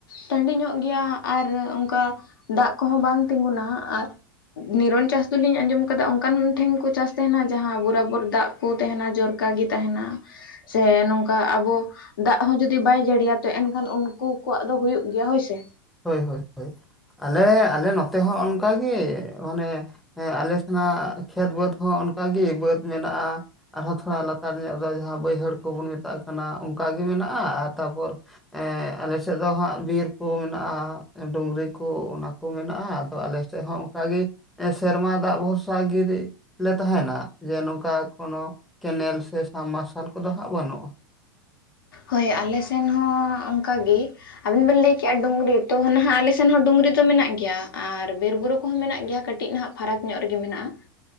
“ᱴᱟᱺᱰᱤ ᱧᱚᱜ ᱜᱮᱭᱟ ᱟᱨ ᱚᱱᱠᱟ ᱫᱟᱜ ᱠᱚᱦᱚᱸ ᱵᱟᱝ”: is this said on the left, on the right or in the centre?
Left